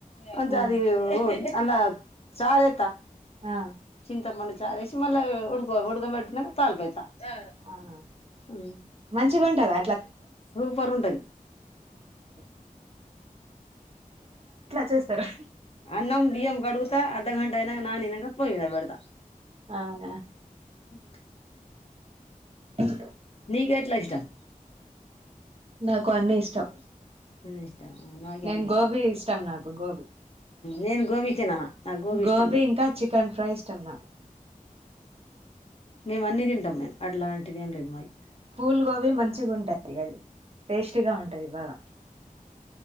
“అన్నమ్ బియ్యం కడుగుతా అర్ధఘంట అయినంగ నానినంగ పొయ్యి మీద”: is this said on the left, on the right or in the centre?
Left